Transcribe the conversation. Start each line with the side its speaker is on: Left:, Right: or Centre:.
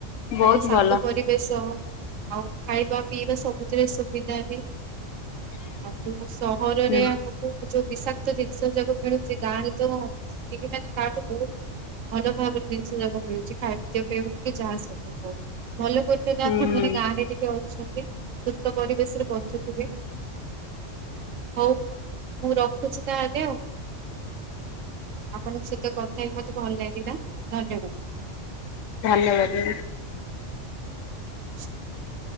Left: ବହୁତ
Right: ମାନେ ଶାନ୍ତ
Left: ଭଲ
Right: ପରି ବେଶ ଆଉ ଖାଇବାପିଇବା ସବୁଥିରେ ସୁବିଧା ବି। ଆଉ ଯୋଉ ସହରରେ
Left: ହୁଁ
Right: ଆମକୁ ଯୋଉ ବିଷାକ୍ତ ଜିନିଷ ଯାକ ମିଳୁଛି ଗାଁରେ ତ ସେତିକି ମାନେ ତାଠୁ ବହୁତ ଭଲ ଭାବରେ ଜିନିଷଯାକ ମିଳୁଛି ଖାଦ୍ୟପେୟ ହଉ କି ଯାହାସବୁ ହଉ ଭଲ କରି ସେ
Left: ହୁଁ
Right: ଆପଣାନେ
Left: ହୁଁ
Right: ଗାଁରେ ଟିକେ ଅଛନ୍ତି ସୁସ୍ଥ ପରିବେଶରେ ବଞ୍ଚୁଥିବେ ହଉ ମୁଁ ରଖୁଛି ତା ହେଲେ ଆଉ। ଆପଣଙ୍କ ସହିତ କଥା ହେଇ ମତେ ଭଲ ଲାଗିଲା ଧନ୍ୟବାଦ।
Left: ଧନ୍ୟବାଦ ଦିଅନି।
Right: <inaudible>